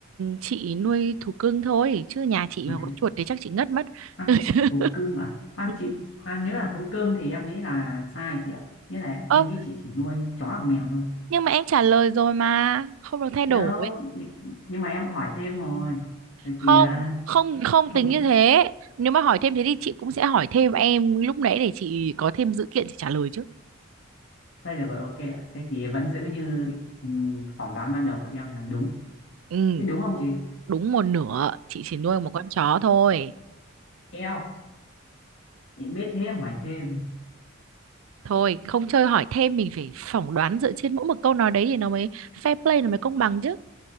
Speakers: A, on the right; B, on the left.
A: chị nuôi thú cưng thôi chứ nhà chị
B: nuôi
A: mà có
B: thú
A: chuột thì chắc chị ngất mất.
B: ăn
A: <laughs>
B: thú cưng à khoan
A: Ừ.
B: chị khoan nếu là thú cưng thì em nghĩ là sai chị ạ nghĩa là
A: Ơ,
B: em nghĩ chị chỉ nuôi chó hoặc mèo thôi
A: nhưng mà em trả lời rồi mà, không được thay đổi.
B: đâu nh- nhưng mà em hỏi thêm rồi rồi
A: không
B: kìa
A: không không
B: không
A: tính như thế nếu mà hỏi thêm thế thì chị cũng sẽ hỏi thêm em lúc nãy để chị có thêm dữ kiện chị trả lời chứ
B: thôi được rồi ok ạ thế thì vẫn giữ như ừm, phỏng đoán ban đầu của em là đúng
A: ừ
B: thế đúng không chị
A: đúng một nửa chị chỉ nuôi một con chó thôi
B: eo chị biết thêm hỏi thêm
A: thôi không chơi hỏi thêm mình phải phỏng đoán dựa trên mỗi một câu nói đấy thì nó mới fair play nó mới công bằng chứ